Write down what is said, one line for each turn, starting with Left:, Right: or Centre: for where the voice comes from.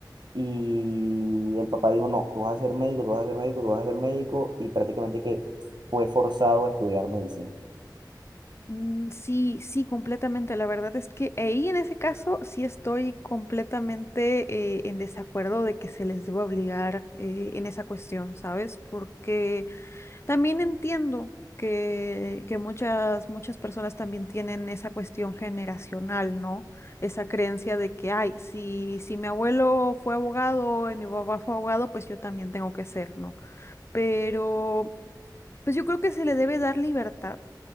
Right: y el papá dijo, no, tú vas a ser médico, tú vas a ser médico, tú vas a ser médico, y prácticamente que fue forzado a estudiar medicina.
Left: Mm, Sí, sí, completamente. La verdad es que ahí en ese caso sí estoy completamente eh, en desacuerdo de que se les deba obligar eh, en esa cuestión, ¿sabes? Porque también entiendo que, que muchas, muchas personas también tienen esa cuestión generacional, ¿no? Esa creencia de que, ay, si, si mi abuelo fue abogado y mi papá fue abogado, pues yo también tengo que ser, ¿no? Pero pues yo creo que se le debe dar libertad